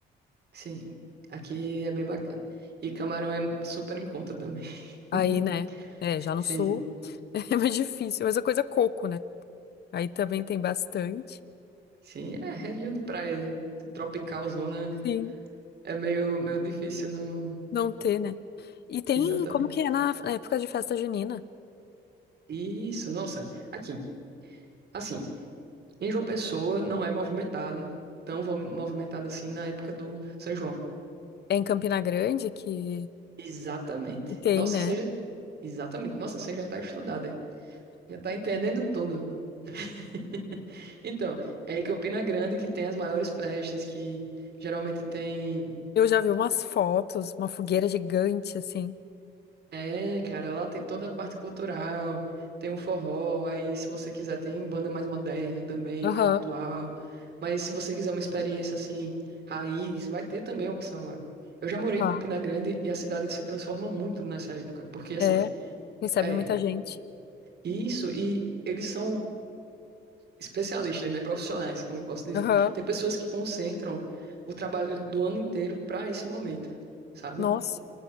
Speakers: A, on the right (about 55°); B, on the left (about 55°).
A: sim, aqui é bem bacana. E camarão é super em conta também.
B: Aí,
A: <laughs>
B: né? É, já no
A: Sim,
B: sul <laughs> é mais difícil, mas a coisa é coco, né? Aí também tem bastante.
A: sim. É, região de praia tropical, zona,
B: Sim,
A: é meio, meio difícil, não.
B: não ter, né? E tem,
A: Exatamente.
B: como que é na época de festa junina?
A: Isso, nossa. Aqui, assim, em João Pessoa não é movimentado, tão vo- movimentado assim na época do São João.
B: É em Campina Grande que,
A: Exatamente.
B: que tem,
A: Nossa,
B: né?
A: você já... Exatamente. Nossa, você já tá estudada, hein? Já tá entendendo tudo. <laughs> Então, é que Campina Grande que tem as maiores festas, que geralmente tem.
B: Eu já vi umas fotos, uma fogueira gigante, assim.
A: É, cara, lá tem toda a parte cultural, tem um forró, aí se você quiser tem banda mais moderna também,
B: Aham,
A: mais atual. Mas se você quiser uma experiência assim, raiz, vai ter também a opção lá. Eu já morei
B: tá.
A: em Campina Grande e a cidade se transforma muito nessa época, porque assim.
B: É, recebe
A: É,
B: muita gente.
A: Isso, e eles são especialistas, né, profissionais, como eu posso dizer.
B: Aham,
A: Tem pessoas que concentram o trabalho do ano inteiro para esse momento, sabe?
B: nossa.